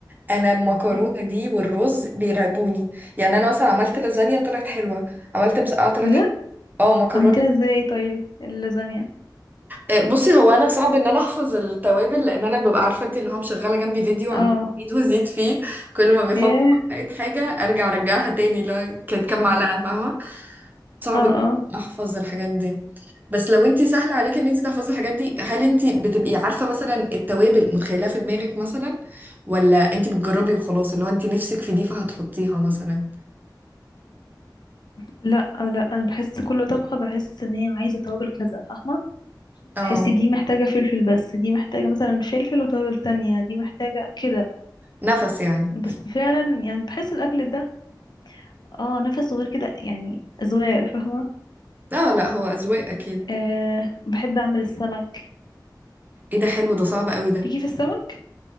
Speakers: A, on the right; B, on the left.
A: انا المكرونه
B: مم.
A: دي والرز بيرعبوني يعني انا مثلا عملت لازانيا طلعت حلوه عملت مسقعه طلعت
B: بجد
A: حلوه اه مكرونه
B: عملتيها ازاي طيب اللازانيا
A: آه، بصي هو انا صعب ان انا احفظ التوابل لان انا ببقى عارفه انت اللي هو مشغله جنبي فيديو
B: اه
A: عم ازيد وازيد فيه كل ما بيحط
B: ايه
A: معلقه حاجه ارجع ارجعها تاني لا كانت كام معلقه فاهمه صعب
B: اه
A: جدا
B: اه
A: احفظ الحاجات دي بس لو انت سهل عليك ان انت تحفظي الحاجات دي هل انت بتبقي عارفه مثلا التوابل متخيلها في دماغك مثلا ولا انت بتجربي وخلاص اللي هو انت نفسك في دي فهتحطيها مثلا
B: لا لا انا بحس كل طبخه بحس ان هي عايزه توابل كذا فاهمه
A: اه
B: بحس دي محتاجه فلفل بس دي محتاجه مثلا فلفل وتوابل تانية دي محتاجه كده
A: نفس يعني
B: بس فعلا يعني بحس الاكل ده اه نفس صغير كده يعني اذواق فاهمه
A: اه لا هو اذواق اكيد
B: آه بحب اعمل السمك
A: ايه ده حلو ده صعب قوي ده
B: ليكي في السمك